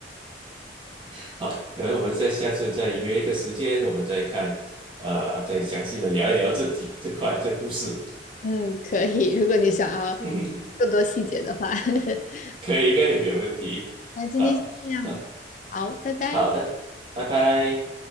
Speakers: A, on the right; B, on the left.
A: <laughs> 好，可能我们在下次再约一个时间，我们再看，呃，再详细的聊一聊这几这块这故事，
B: 嗯，可以，如果你想要更多细节的话，
A: <laughs>
B: <laughs>
A: 可以，可以，没有问题。
B: 那今天先这样，
A: 好，啊
B: 好，拜拜。
A: 好好的，拜拜。